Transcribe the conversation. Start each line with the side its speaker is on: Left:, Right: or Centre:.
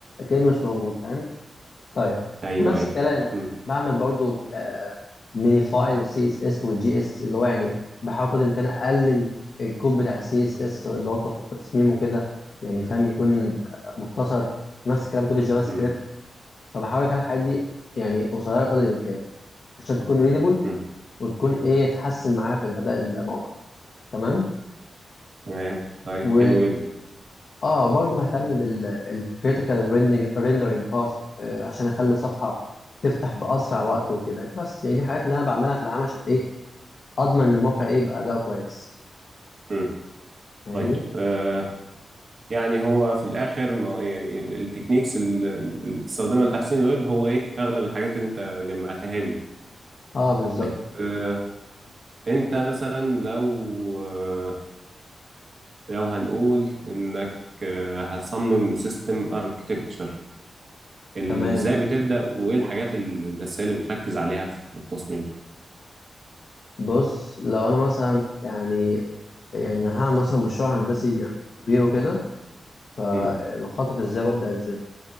Left: كانه مش موجود فاهم طيب
Right: ايوه
Left: ونفس
Right: ايوه
Left: الكلام
Right: مم.
Left: بعمل برضو آه ميني فايل السي اس اس والجي اس اللي هو يعني بحاول قدر الامكان اقلل الكود بتاع السي اس اس اللي هو التص- التصميم وكده يعني فاهم يكون آه، مختصر نفس الكلام كود الجافا سكريبت
Right: مم.
Left: فبحاول اخلي الحاجات دي يعني قصيره قدر الامكان عشان تكون ريدبل
Right: مم.
Left: وتكون ايه تحسن معايا في الاداء الموقع تمام
Right: تمام طيب
Left: و
Right: حلو جدا
Left: اه برضو بهتم بالكريتيكال rendering باث عشان اخلي الصفحه تفتح باسرع وقت وكده بس يعني دي حاجات اللي انا بعملها في العام عشان ايه اضمن ان الموقع ايه يبقى اداؤه كويس
Right: مم.
Left: فاهمني
Right: طيب آه يعني هو في الاخر ما يعني ال- التكنيكس ال- اللي بتستخدمها لتحسين الويب هو ايه اغلب الحاجات اللي انت جمعتها لي
Left: اه بالظبط
Right: طيب آه انت مثلا لو آه لو هنقول انك آه هتصمم سيستم اركتكتشر ازاي
Left: تمام
Right: بتبدأ وايه الحاجات ال- الاساسيه اللي بتركز عليها في التصميم
Left: بص لو انا مثلا يعني يعني هعمل مثلا مشروع هندسي يعني كبير وكده فبخطط
Right: مم.
Left: ازاي ببدا ازاي